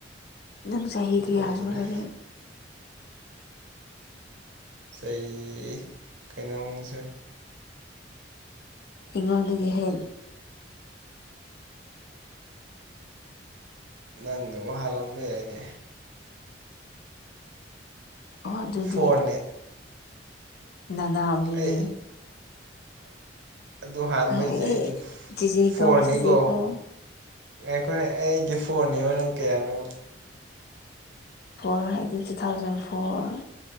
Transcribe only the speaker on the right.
ꯑꯩꯈꯣꯏꯒꯤꯅ
ꯆꯍꯤ ꯀꯩꯅꯣꯃꯁꯦ
ꯅꯪꯅ ꯋꯥ ꯍꯥꯜꯂꯝꯕ ꯌꯥꯏꯅꯦ
ꯐꯣꯔꯅꯦ
ꯑꯩ ꯑꯗꯨ ꯍꯥꯟꯕꯩꯁꯦ
ꯑꯩꯗꯤ
ꯐꯣꯔꯅꯤꯀꯣ
ꯑꯩꯈꯣꯏꯅ ꯑꯩꯗꯤ ꯐꯣꯟꯅꯦꯕ ꯅꯪ ꯀꯌꯥꯅꯣ